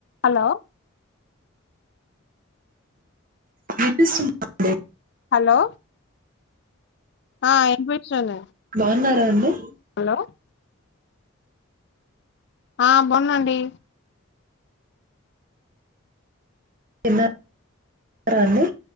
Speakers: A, on the left; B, on the right.
A: hello
B: వినిపిస్తుందా అండి
A: hello ఆ ఇన్పిస్తుంద
B: బాగున్నారా అండి
A: హలో ఆ వొన్నండి
B: తిన్నారా అండి